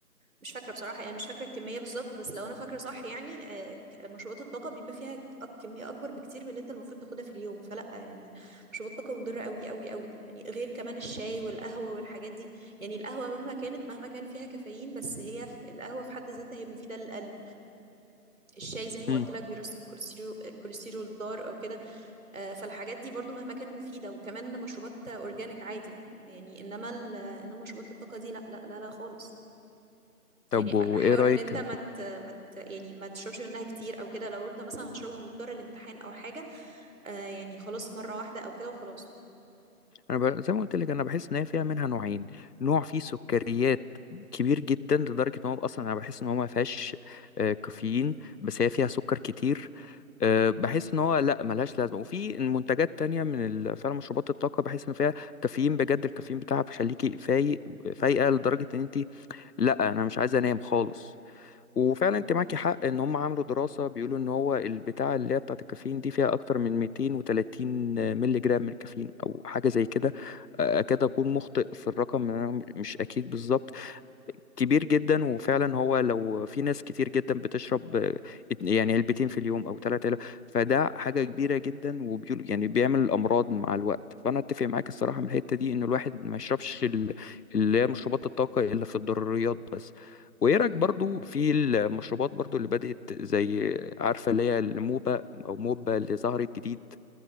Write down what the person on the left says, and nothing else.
امم
طب
وايه
رأيك
انا ب... زي ما قلت لك انا بحس ان هي فيها منها نوعين نوع فيه سكريات كبير جدا لدرجه ان هو اصلا انا بحس ان هو ما فيهاش آه، كافيين بس هي فيها سكر كتير آه، بحس ان هو لا ملهاش لازمه وفي منتجات تانية من ال- فعلا مشروبات الطاقه بحس ان فيها كافيين بجد الكافيين بتاعها بيخليكي فايق فايقه لدرجه ان انت لا انا مش عايزه انام خالص وفعلا
انت معاكي حق ان هم عملوا دراسه بيقولوا ان هو البتاعه اللي هي بتاعه الكافيين دي فيها اكتر من 230 مللي جرام من الكافيين او حاجه زي كده آه،
اكاد اكون مخطئ في الرقم انا مش اكيد بالظبط كبير جدا وفعلا هو لو في ناس كتير جدا بتشرب آه، ات- يعني علبتين في اليوم او ثلاثة علب فده حاجة كبيرة جدا وبيقول يعني بيعمل امراض مع الوقت فانا اتفق معاك الصراحة من الحتة دي ان الواحد ما يشربش ال- اللي هي مشروبات الطاقة الا في الضروريات بس وايه
رايك برضو في المشروبات برضو اللي بدأت زي عارفة اللي هي الموبا او موبا اللي ظهرت جديد